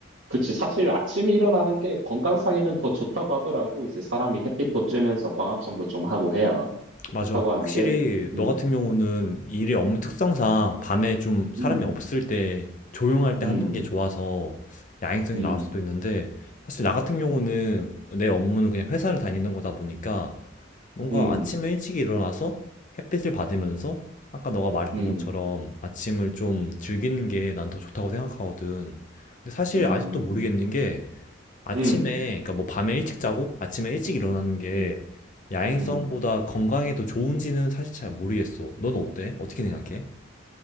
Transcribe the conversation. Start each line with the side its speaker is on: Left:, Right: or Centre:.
Right: 그치. 사실 아침에 일어나는 게 건강상에는 더 좋다고 하더라고. 이제 사람이 햇빛도 쬐면서 광합성도 좀 하고 해야.
Left: 맞아.
Right: 좋다고 하는데,
Left: 확실히
Right: 음,
Left: 너 같은 경우는 일의 업무 특성상 밤에 좀 사람이
Right: 음,
Left: 없을 때 조용할 때
Right: 음,
Left: 하는 게 좋아서 야행성이
Right: 음,
Left: 나올 수도 있는데 사실 나 같은
Right: 음.
Left: 경우는 내 업무는 그냥 회사를 다니는 거다 보니까 뭔가
Right: 음,
Left: 아침에 일찍 일어나서 햇빛을 받으면서 아까 너가 말했던
Right: 음,
Left: 것처럼 아침을 좀 즐기는 게 난 더 좋다고 생각하거든. 근데 사실
Right: 음,
Left: 아직도 모르겠는 게 아침에,
Right: 음,
Left: 그러니까 뭐 밤에 일찍 자고 아침에 일찍 일어나는 게
Right: 음,
Left: 야행성보다
Right: 음.
Left: 건강에 더 좋은지는 사실 잘 모르겠어. 넌 어때? 어떻게 생각해?